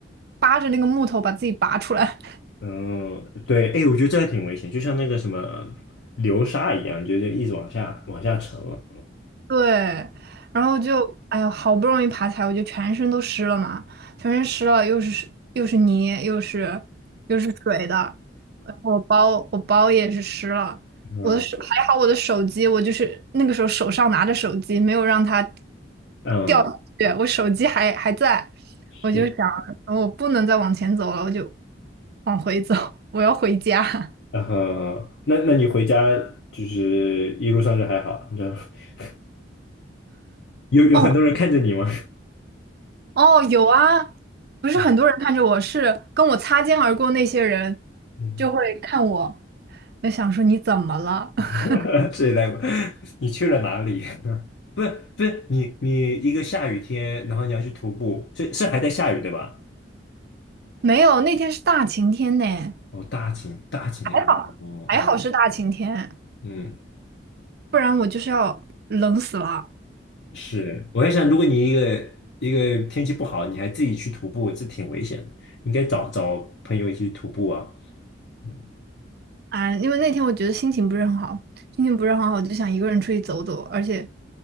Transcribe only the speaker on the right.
扒着那个木头把自己拔出来。
对，然后就，哎呦，好不容易爬起来，我就全身都湿了嘛，全身湿了，又是湿又是泥，又是又是水的，然后我包我包也是湿了，
我的手还好，我的手机，我就是那个时候手上拿着手机，没有让它
掉下去，我手机还还在，
我就想，我不能再往前走了，我就往回走，我要回家。<laughs>
哦。哦，有啊，不是很多人看着我，
是跟我擦肩而过那些人
就会看我，就想说你怎么了？<laughs>
没有，那天是大晴天呢，
还好还好是大晴天，
不然我就是要冷死了
啊！因为那天我觉得心情不是很好，心情不是很好，我就想一个人出去走走，而且